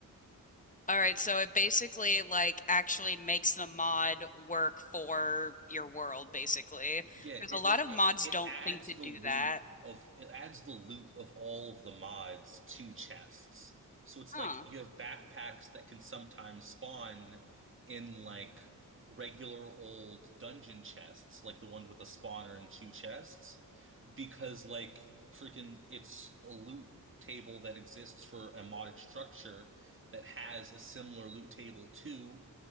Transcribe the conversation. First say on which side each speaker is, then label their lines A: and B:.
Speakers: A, on the left (about 25°); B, on the right (about 35°).
A: All right, so it basically like actually makes the mod work for your world, basically.
B: Yeah,
A: Because
B: it
A: a lot
B: like
A: of
B: it,
A: mods
B: it
A: don't
B: adds
A: think to do
B: the loot
A: that.
B: of it adds the loot of all of the mods to chests. So it's
A: Huh.
B: like you have backpacks that can sometimes spawn in like regular old dungeon chests, like the ones with a spawner and two chests, because like freaking it's a loot table that exists for a modded structure that has a similar loot table to